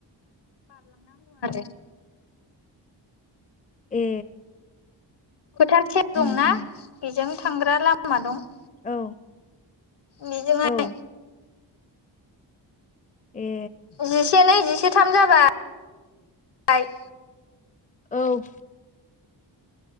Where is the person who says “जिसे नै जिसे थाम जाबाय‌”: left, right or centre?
Left